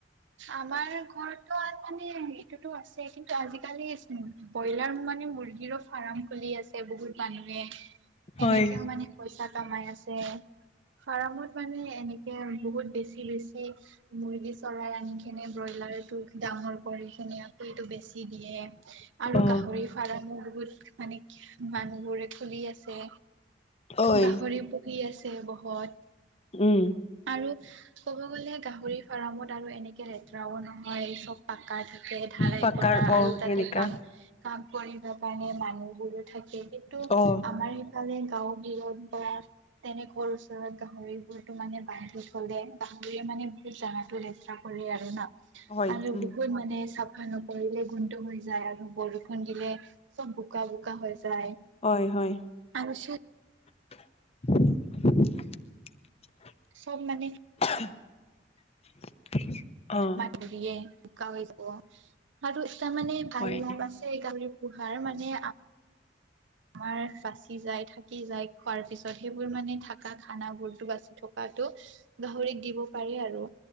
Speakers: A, on the right; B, on the left.
A: আমাৰ ঘৰত মানে এইটোতো আছে কিন্তু আজিকালি ব্ৰইলাৰ মানে মুৰ্গীৰো ফাৰ্ম খুলি আছে বহুত মানুহে সেনেকেও
B: হয়
A: মানে পইচা কমাই আছে ফাৰ্মত মানে এনেকে বহুত বেছি বেছি বেছি মুৰ্গী চৰাই আনি কেনে ব্ৰইলাৰটো ডাঙৰ কৰি ধুনীয়াকৈ এইটো বেছি দিয়ে আৰু
B: অ।
A: গাহৰি ফাৰ্মো বহুত মানে মানুহবোৰে খুলি আছে
B: ঐ
A: গাহৰি পুহি আছে বহুত
B: উম
A: আৰু ক'ব গ'লে গাহৰি ফাৰ্মত আৰু এনেকৈ লেতেৰাও নহয় চব পাকাৰ থাকে ধাৰ
B: পাকাৰ
A: এক পৰা আৰু
B: অ
A: তাতে
B: এনেকা
A: পাম কাম কৰিব কাৰণে মানুহ বোৰো থাকি যিহেতু
B: অ।
A: আমাৰ সিফালে গাঁও বোৰত বা তেনে সৰ ওচৰত গাহৰিবোৰতো মানে বান্ধি থলে গাহৰিয়ে মানে বহুত জাগাতটো লেতেৰা কৰে আৰু ন।
B: হয়
A: আৰু
B: উম।
A: বহুত মানে চাফা নকৰিলে গোন্ট হৈ যায় আৰু। বৰষুণ দিলে চব বোকা বোকা হৈ যায়।
B: হয় হয়
A: আৰু
B: <inaudible>
A: চব মানে
B: <inaudible> অ
A: মাটৰিয়ে শুকা হৈ যাব আৰু তাৰ মানে ভাল
B: হয়
A: লাভ আছে গহৰি পোহাৰ মানে আমাৰ বাচি যাই থাকি যাই খোৱাৰ পিছত সেইবোৰ মানে থাকা খানা বোৰতো বাচি থকা টো গাহৰিক দিব পাৰি আৰু